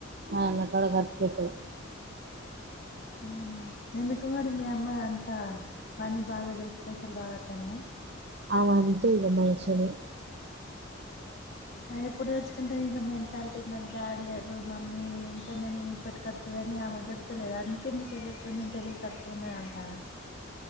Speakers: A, on the right; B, on the left.
A: ఆళ్ళ దగ్గర ఖర్చు పెట్టదు
B: ఉమ్ ఎందుకు మరి మీ అమ్మ అంతా పని బాగా చేసి పైసల్ బాగా వస్తునాయ
A: అమె అంతే ఇక మంచలే
B: ఎప్పుడు తెచ్చుకుంటే ఇంక మెంటాలిటీ దాడలేడు మమ్మీ ఎంతనని ఇప్పటిక వస్తుదని ఆమె దలుతలేదు అందుకే మీ చెల్ల కొంచెం నేను తెలివి తక్కువన్నా అంటానా